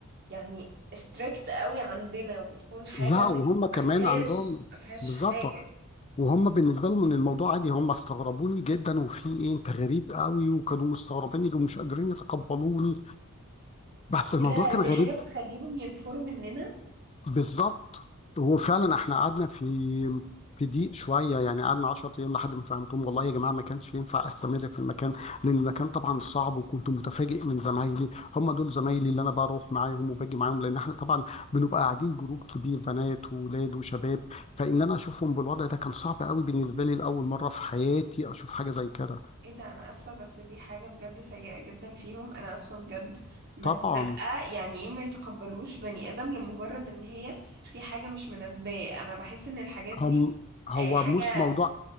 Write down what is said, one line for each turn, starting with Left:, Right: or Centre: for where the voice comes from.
Right: يعني ستريكت قوي عندنا وبتكون حاجة
Left: لا وهم كمان
Right: ما فيهاش
Left: عندهم
Right: ما فيهاش
Left: بالظبط
Right: حاجة
Left: وهم بالنسبه لهم ان الموضوع عادي هم استغربوني جدا وفي ايه انت غريب قوي وكانوا مستغربيني ومش قادرين يتقبلوني بس الموضوع
Right: ايه ده
Left: كان
Right: دي
Left: غريب
Right: حاجة بتخليهم ينفروا مننا
Left: بالظبط وفعلا احنا قعدنا في في ضيق شويه يعني قعدنا 10 ايام لحد ما فهمتهم والله يا جماعه ما كانش ينفع استمر في المكان لان المكان طبعا صعب وكنت متفاجئ من زمايلي هم دول زمايلي اللي انا بروح معاهم وباجي معاهم لان احنا طبعا بنبقى قاعدين جروب كبير بنات واولاد وشباب فان انا اشوفهم بالوضع ده كان صعب قوي بالنسبه لي لاول مره في حياتي اشوف حاجه زي كده
Right: ايه ده انا اسفة بس دي حاجة بجد سيئة جدا فيهم انا اسفة بجد بس
Left: طبعا
Right: لا يعني ايه ما يتقبلوش بني ادم لمجرد ان هي في حاجة مش مناسباه انا بحس ان الحاجات دي
Left: هم هو
Right: آه، حاجة
Left: مش موضوع